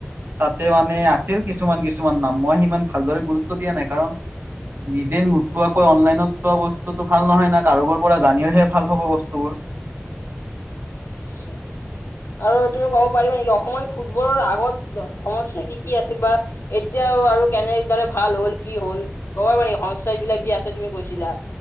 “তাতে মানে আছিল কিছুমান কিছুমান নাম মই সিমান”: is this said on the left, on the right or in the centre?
Right